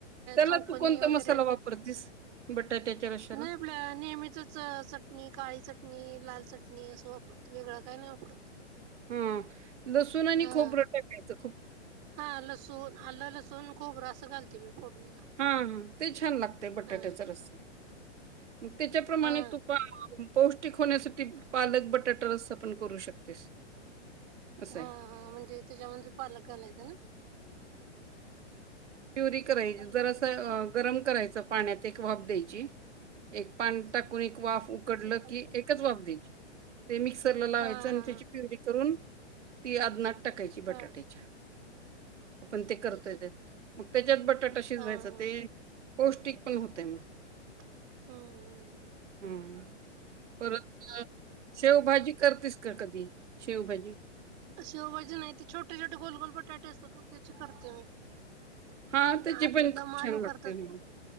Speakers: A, on the right; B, on the right.
A: त्याला
B: चौकोनी
A: तू कोणता
B: वगेरे
A: मसाला वापरतीस बटाट्याच्या रशाला?
B: नाही आपले नेहमी तर चटणी काळी चटणी लाल चटणी असं वापरते वेगळं काय नाही वापरत
A: हा लसूण आणि
B: हा
A: खोबर टाकायच
B: हा लसूण आलं लसूण खोबरं असं घालते मी फोडणीला
A: हा हा ते छान लागते बटाट्याचा
B: हा
A: रस्सा मग त्याच्याप्रमाणे
B: हा
A: तू पौष्टिक होण्यासाठी पालक बटाटा रस्ता पण करू शकतेस असं
B: हा
A: आहे
B: हा म्हणजे त्याच्या म्ह पालक झाालायत ना
A: प्युरी
B: तुळशीला
A: करायची
B: पाणी
A: जरास
B: घालून
A: गरम करायचं पाण्यात एक वाप द्यायची एक पान टाकून एक वाफ उकडलं
B: तुळशीला पाणी
A: की
B: घालून
A: एकच वाफ द्यायची ते मिक्सरला लावायचं
B: हा
A: आणि
B: हा
A: त्याची पिवडी करून ती आदनाट टाकायची
B: हा
A: बटाट्याच्या
B: हा हा
A: आपण
B: चौकळीच
A: ते करतोयेत
B: तिथून
A: मग त्याच्यात बटाटाशीच
B: हा
A: व्हायचं
B: हा
A: ते पौष्टिक पण होतय मग
B: हम्म हम्म
A: हं परत शेवभाजी करतेस का कधी शेवभाजी
B: शेवजी नाही ते छोटे छोटे गोलगोल बटाटे असतात मग त्याची करते मी
A: हां त्याची
B: आलू
A: पण खूप
B: दम आलू
A: छान लागते
B: करतात
A: मग.